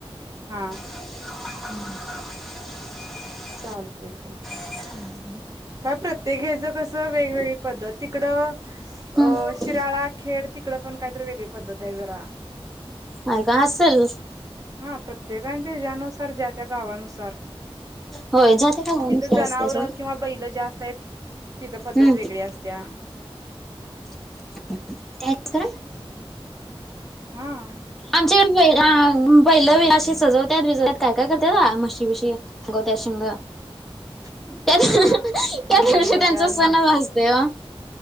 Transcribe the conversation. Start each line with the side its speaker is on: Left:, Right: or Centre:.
Right: हा,
Centre: ह <inaudible>
Right: चालते की.
Centre: हम्- <inaudible>
Right: काय प्रत्येक घ्याच कसं वेगवेगळी पद्धत तिकडं''--''
Centre: म्हणा
Right: अ शिराळा खेड तिकडं पण काहीतरी वेगळी पद्धत आहे जरा.
Centre: आणि काय असेल.
Right: हा प्रत्येकच्या ह्यानुसार ज्या त्या गावानुसार.
Centre: होय जाते का नुसार
Right: जिथे जनावर
Centre: असते सोड
Right: किंवा''--'' बैलं जास्त आहेत तिथं पद्धत
Centre: हम्म
Right: वेगळ्या असत्या.
Centre: द्यायचं गरम <inaudible>
Right: हा आ,
Centre: आमच्याकडे पहिलं बैल असशी सजवतात विजवतत काय काय करतात मशी विशी. गत्याशिंग.
Right: <inaudible>
Centre: त्या त्यादिवशी
Right: हा. हा रंगवत्या
Centre: सणच
Right: न
Centre: असते वो.